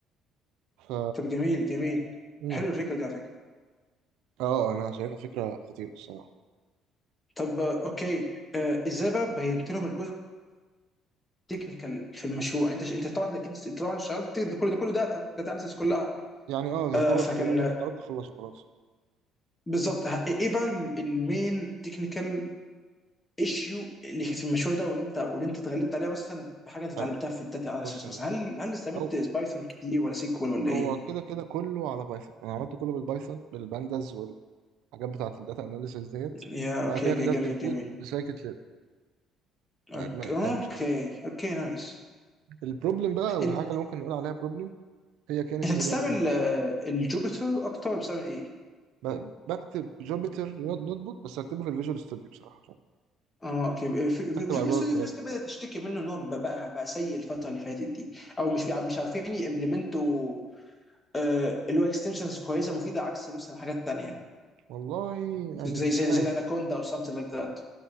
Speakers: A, on the right (about 75°); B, on the left (about 20°).
A: ف
B: طب جميل جميل
A: مم.
B: حلو الفكره دي على فكره
A: اه انا شايفها فكرة خطيرة الصراحة
B: طب آه، اوكي آه، ازاي بقى بينت لهم الجزء التكنيكال في المشروع انت انت طبعا ده اكيد انت طبعا اشتغلت ده كله ده كله داتا داتا اناليسيس كلها
A: يعني اه يعتبر
B: آه، فكان
A: خل... قربت اخلصه خلاص
B: بالظبط ه- ايه بقى ال- المين تكنيكال ايشيو اللي كانت في المشروع ده واللي انت واللي انت اتغلبت عليها مثلا بحاجه انت اتعلمتها
A: حلو
B: في الداتا اناليسيس
A: بص يا
B: مثلا
A: دود.
B: هل هل استعملت
A: او
B: بايثون كتير ولا سيكوال ولا
A: هو
B: ايه؟
A: كده كده كله على بايثون انا عملت كله بالبايثون بالبانداز الحاجات بتاعة الداتا اناليسيس ديت
B: يا
A: وبعد
B: اوكي
A: كده
B: اوكي
A: كتبت
B: جميل
A: الكود
B: جميل
A: بسايكت ليرن بتاع
B: اوكي
A: الم-
B: اوكي,
A: بتاع الماشين
B: أوكي نايس
A: البروبلم بقى والحاجة
B: انت
A: اللي ممكن نقول عليها بروبلم هي كانت
B: انت بتستعمل
A: ايه بقى
B: آه، الجوبيتر اكتر ولا بتستعمل ايه؟
A: ب- بكتب جوبيتر نوت بوك بس اكتبه في الفيجوال ستوديو بصراحة عشان
B: اه اوكي في
A: بكتب
B: في
A: على جوجل
B: استوديو
A: كولاب
B: في ناس
A: وبتاع
B: كده بدات تشتكي منه ان هو بقى بقى سيء الفتره اللي فاتت دي او مش بيع- مش عارفين يمبلمنتوا آه، اللي هو اكستنشنز كويسه مفيده عكس مثلا حاجات تانيه
A: والله يعني
B: زي
A: مش
B: زي
A: عارف
B: زي الاناكوندا او something like that